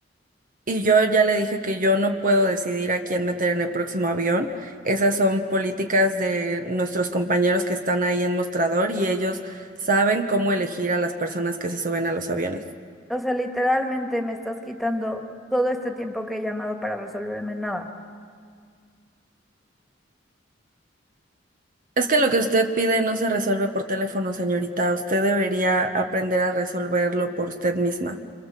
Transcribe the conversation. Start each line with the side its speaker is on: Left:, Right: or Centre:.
Right: Y yo ya le dije que yo no puedo decidir a quién meter en el próximo avión. Esas son políticas de nuestros compañeros que están ahí en mostrador y ellos saben cómo elegir a las personas que se suben a los aviones.
Centre: O sea, literalmente me estás quitando todo este tiempo que he llamado para resolverme nada. <laughs>
Right: Es que lo que usted pide no se resuelve por teléfono, señorita. Usted debería aprender a resolverlo por usted misma.